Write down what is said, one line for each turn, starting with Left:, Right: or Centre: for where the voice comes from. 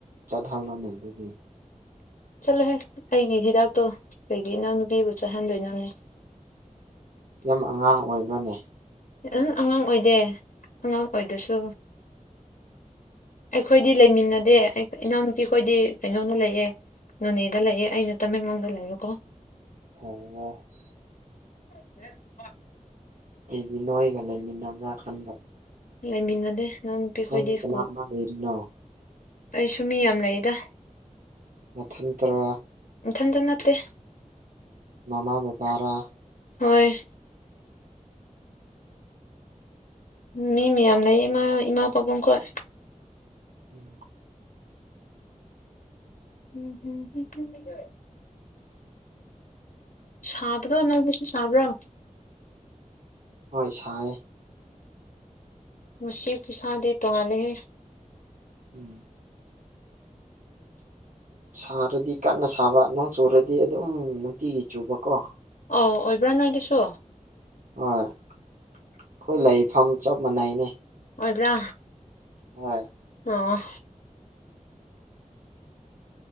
Right: ꯆꯠꯍꯜꯂꯣꯅꯦ ꯑꯗꯨꯗꯤ
Left: ꯆꯠꯂꯨꯍꯦ ꯑꯩꯒꯤ ꯍꯤꯗꯥꯛꯇꯣ ꯀꯩꯒꯤ ꯏꯅꯥꯎꯅꯨꯄꯤꯕꯨ ꯆꯠꯍꯟꯗꯣꯏꯅꯣꯅꯦ
Right: ꯌꯥꯝ ꯑꯉꯥꯡ ꯑꯣꯏꯕ꯭ꯔꯅꯦ
Left: ꯑꯝ ꯑꯉꯥꯡ ꯑꯣꯏꯗꯦ ꯑꯉꯥꯡ ꯑꯣꯏꯗ꯭ꯔꯁꯨ ꯑꯩꯈꯣꯏꯗꯤ ꯂꯩꯃꯤꯟꯅꯗꯦ ꯑꯩ ꯏꯅꯥꯎꯅꯨꯄꯤ ꯈꯣꯏꯗꯤ ꯀꯩꯅꯣꯗ ꯂꯩꯌꯦ ꯅꯣꯅꯦꯗ ꯂꯩꯌꯦ ꯑꯩꯅ ꯇꯃꯦꯡꯂꯣꯡꯗ ꯂꯩꯕꯀꯣ
Right: <unintelligible>
Left: <inaudible>
Right: ꯑꯩꯗꯤ ꯅꯣꯏꯒ ꯂꯩꯃꯤꯟꯅꯕ꯭ꯔꯥ ꯈꯟꯕ
Left: ꯂꯩꯃꯤꯟꯅꯗꯦ ꯏꯅꯥꯎꯄꯤꯍꯣꯢꯗꯤ
Right: ꯅꯪꯗꯤ ꯀꯅꯥ
Left: ꯁ꯭ꯀꯨꯜ
Right: ꯀꯅꯥ ꯂꯩꯔꯤꯅꯣ
Left: ꯑꯩꯁꯨ ꯃꯤ ꯌꯥꯝ ꯂꯩꯗ
Right: ꯅꯊꯟꯇꯔꯥ
Left: ꯅꯊꯟꯇ ꯅꯠꯇꯦ
Right: ꯃꯃꯥ ꯕꯕꯥꯔꯥ
Left: ꯍꯣꯏ ꯃꯤ ꯃꯌꯥꯝ ꯂꯩꯌꯦ ꯏꯃꯥ ꯏꯃꯥ ꯄꯥꯕꯨꯡ ꯈꯣꯢ
Right: ꯎꯝ
Left: ꯎꯝꯎꯝ ꯁꯥꯕꯗꯣ ꯅꯪꯒꯤꯁꯨ ꯁꯥꯕ꯭ꯔꯣ
Right: ꯍꯣꯏ ꯁꯥꯏ
Left: ꯉꯁꯤ ꯈꯨꯁꯥꯥꯗꯤ ꯇꯣꯉꯥꯜꯂꯦꯍꯦ
Right: ꯎꯝ ꯁꯥꯔꯗꯤ ꯀꯟꯅ ꯁꯥꯕ ꯅꯣꯡ ꯆꯨꯔꯗꯤ ꯑꯗꯨꯝ ꯅꯨꯡꯇꯤꯒꯤ ꯆꯨꯕꯀꯣ
Left: ꯑꯧ ꯑꯣꯏꯕ꯭ꯔꯥ ꯅꯣꯏꯗꯁꯨ
Right: ꯍꯣꯏ ꯑꯩꯈꯣꯏ ꯂꯩꯐꯝ ꯆꯞ ꯃꯥꯟꯅꯩꯅꯦ
Left: ꯑꯣꯏꯕ꯭ꯔꯥ
Right: ꯍꯣꯏ
Left: ꯑꯣ